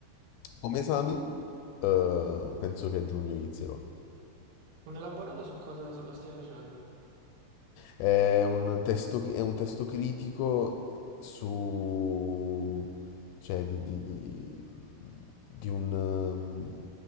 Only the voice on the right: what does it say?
Un elaborato su cosa lo stai facendo?